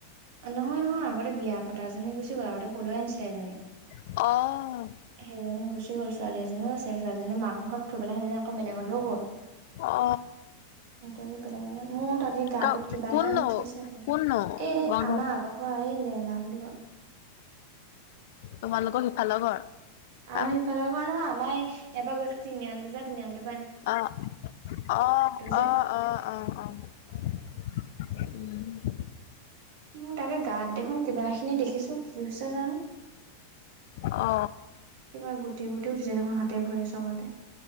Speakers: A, on the right; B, on the left.
A: নহয় নহয় আগতে বিয়া পতাজনী গুচি গ'ল আগতে পলুৱাই আনিছিলে এজনী।
B: অ অ অ অ
A: সেইজনী গুচি গ'ল ছোৱালী এজনীও আছে ছোৱালীজনী মাকৰ ঘৰত থৈ পেলাই সেইজনী আকৌ বেলেগলো গ'ল।
B: অ
A: এ কি বেলেগ মোৰ তাকে গাটোত
B: ক
A: কিবা
B: কোন
A: এটা
B: নো
A: উঠিছে মানে
B: কোন
A: এ
B: নো
A: এ
B: তোমাৰ
A: এ
B: ঘৰ
A: আমাৰ আগৰ পৰা এই লেয়লা বুলি কয়।
B: তোমালোকৰ সিফালৰ ঘৰ।
A: অ
B: আহ
A: সেইফালৰ ঘৰ নহয় আমাৰ ইয়াৰ পৰা গৈ যে তিনিআলিটো যে তিনিআলিটো
B: অহ অ -অ
A: যে
B: -অ -অ- অ উম।
A: মোৰ তাকে গাত দেখোন কিবা খিনি দেখিছো কি হৈছে জানো?
B: অ।
A: কিবা গুটি গুটি উঠিছে দেখোন হাতে ভৰিয়ে চবতে।